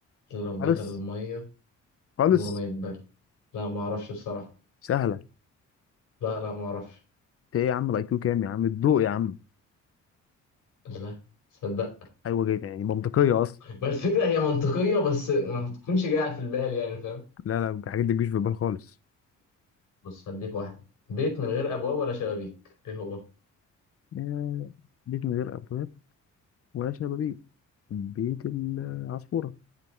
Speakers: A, on the left (about 80°); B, on the left (about 50°).
A: اللي لو
B: خالص
A: دخل المية
B: خالص
A: عمره ما يتبل لا ما أعرفش بصراحة
B: سهله
A: لا لا ما أعرفش
B: انت ايه يا عم الاي كيو كام يا عم الضوء يا عم
A: لا صدق
B: ايوه جدا يعني منطقيه اصلا
A: ما الفكرة هي منطقية بس ما بتكونش جاية في البال يعني فاهم
B: لا لا الحاجات دي مش في البال خالص
A: بص هديك واحدة بيت من غير أبواب ولا شبابيك إيه هو؟
B: آه، بيت من غير ابواب ولا شبابيك بيت العصفوره